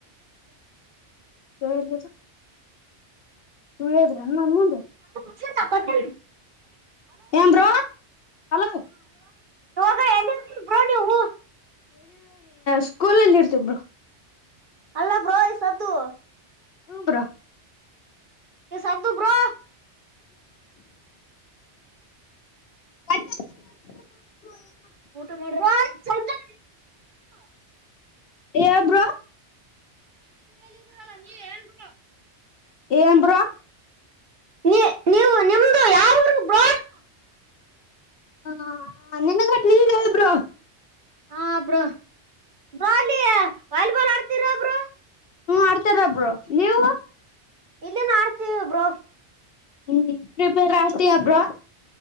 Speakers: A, on the left; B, on the right.
A: <unintelligible> <unintelligible>
B: <unintelligible>
A: ಏನ್ ಬ್ರೋ ಹಲೋ.
B: ಹ ಎ್ರ ನೀವು.
A: ಸ್ಕೂಲ್ಲ್ಲಿ ಇರ್ತಬ್ರು
B: ಅಲ್ಲ ಬ್ರೋಯ ಸದ್ದು
A: ಕುಂಬ್ರ
B: ಸಾದುು ಬ್ರಾ
A: <inaudible>
B: ಊಟ ಮಾಡಿದ್ರ.
A: ಏ ಬ್ರೋ.
B: ಟ್ರ್ಯಾಕ್ಟರ್ ಮೇಲೆ ಇದಿರಲ್ಲ ನೀವೇ ಏನ್ ಬ್ರೋ.
A: ಏನ್ ಬ್ರೋ.
B: ನೀ ನೀವು ನಿಮ್ದ ಯಾವ ಊರೂ ಬ್ರೋ.
A: <unintelligible>
B: ಹ ಬ್ರೋ ಅಲ್ಲಿ ವಾಲಿಬಾಲ್ ಆಡ್ತೀರ ಬ್ರೋ.
A: ಹ್ಮ ಆಡ್ತೀವಿ ಬ್ರೋ ನೀವು.
B: ಇಲ್ಲಿನ್ ಆಡ್ತೀವಿ ಬ್ರೋ.
A: ಹ್ಹ್ಹ್ ಫ್ರೀ ಫೈರ್ ಆಡ್ತೀಯ ಬ್ರೋ.